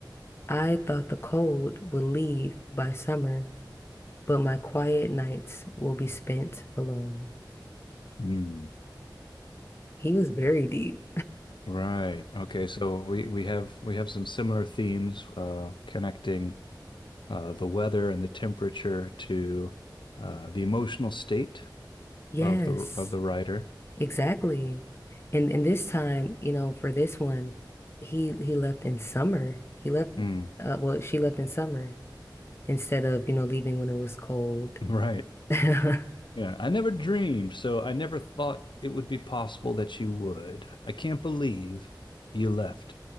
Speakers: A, on the left (about 30°); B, on the left (about 80°).
A: I thought the cold would leave by summer, but my quiet nights will be spent alone.
B: Hmm.
A: He was very deep.
B: Right. Okay. So we we have we have some similar themes uh, connecting uh, the weather and the temperature to uh, the emotional state
A: Yes,
B: of the of the writer.
A: exactly. And and this time, you know, for this one, he he left in summer. He left,
B: Hmm.
A: uh, well, she left in summer instead of, you know, leaving when it was cold.
B: <laughs> Right.
A: <laughs>
B: Yeah, I never dreamed, so I never thought it would be possible that you would. I can't believe you left